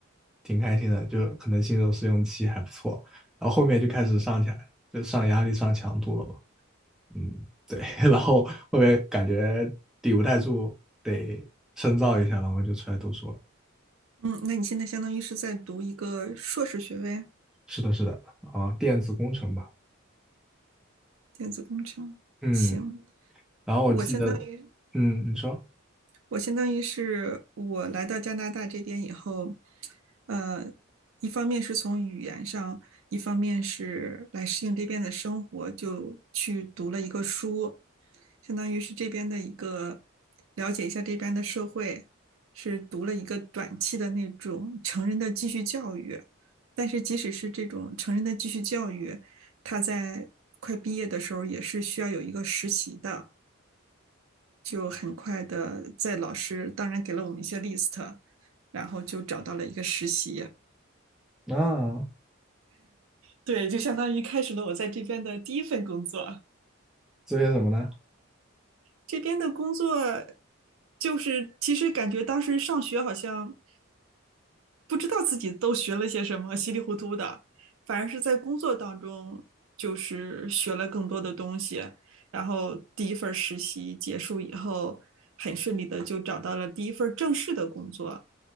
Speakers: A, in the centre; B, on the right.
A: 挺开心的，就可能新手试用期还不错，然后后面就开始上起来，就上压力、上强度了嘛。嗯，对，<laughs> 然后后面感觉抵不太住，得深造一下，然后就出来读书了。
B: 嗯，那你现在相当于是在读一个硕士学位，
A: 是的，是的，啊，电子工程吧。
B: 电子工程。
A: 嗯，
B: 行，
A: 然后我记得，
B: 我相当于
A: 嗯，你说
B: 我相当于是我来到加拿大这边以后，呃，一方面是从语言上，一方面是来适应这边的生活，就去读了一个书。相当于是这边的一个了解一下这边的社会，是读了一个短期的那种成人的继续教育。但是即使是这种成人的继续教育，他在快毕业的时候也是需要有一个实习的，就很快的在老师当然给了我们一些 list，然后就找到了一个实习。
A: 啊，
B: 对，就相当于开始了我在这边的第一份工作。
A: 做些什么呢？
B: 这边的工作就是其实感觉当时上学好像不知道自己都学了些什么，稀里糊涂的，反而是在工作当中就是学了更多的东西。然后第一份实习结束以后，很顺利的就找到了第一份正式的工作。